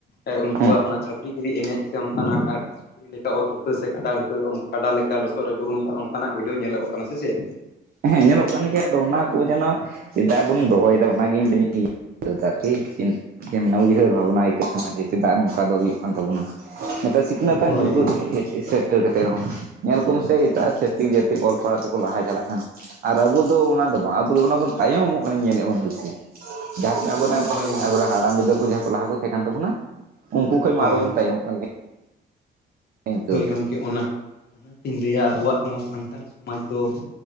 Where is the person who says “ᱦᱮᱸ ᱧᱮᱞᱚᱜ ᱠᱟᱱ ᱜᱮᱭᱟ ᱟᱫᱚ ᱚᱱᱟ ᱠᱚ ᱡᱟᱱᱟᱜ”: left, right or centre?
Right